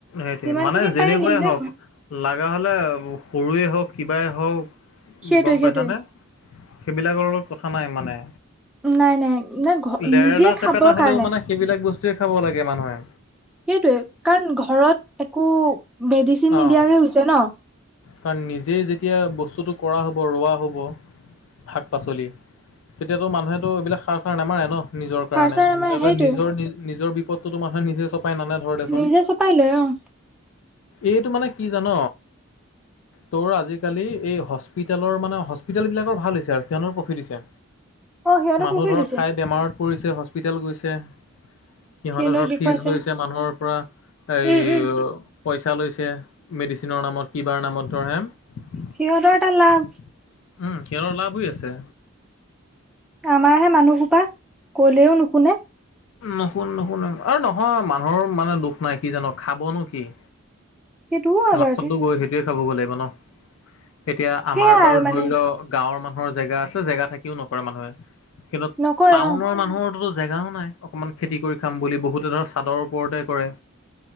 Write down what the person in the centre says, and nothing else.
যিমান
খিনি
পাৰে নিজে
সেইটোৱে
সেইটোৱে
নাই-নাই, নাই। ঘ
নিজে
খাবৰ
কাৰণে।
সেইটোৱে কাৰণ ঘৰত একো মেডিচিন নিদিয়াকে
হৈছে ন'।
সাৰ
চাৰ আমাৰ সেইটোৱে
নিজে ছপাই লৈ অহ।
অ সিহঁতৰ
পুখুৰী
দিছে
সিহঁতক
দেখুৱাইছে
উম উম
সিহঁতৰ এটা লাভ
আমাৰ হে মানুহসোপা কলেও নুশুনে।
সেইটোও হয়
বাৰুতে
সেয়াই
আৰু
মানে
নকৰে
অ